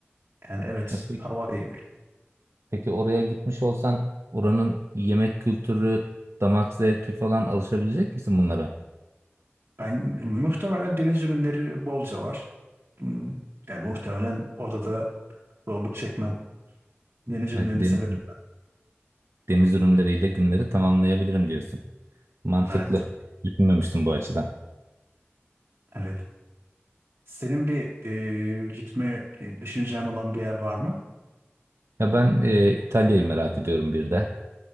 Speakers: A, on the right; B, on the right.
A: Yani evet
B: E, pe-
A: hava iyi.
B: peki oraya gitmiş olsan oranın yemek kültürü, damak zevki falan alışabilecek misin bunlara?
A: Ben muhtemelen deniz ürünleri bolca var. Hmm, Yani muhtemelen orada da zorluk çekmem. Deniz ürünlerini
B: Evet, deniz,
A: severim.
B: deniz ürünleriyle günleri tamamlayabilirim diyorsun. Mantıklı.
A: Evet.
B: Düşünmemiştim bu açıdan.
A: Evet. Senin bir e, gitme e, düşüneceğin olan bir yer var mı?
B: Ya ben e, İtalya'yı merak ediyorum bir de.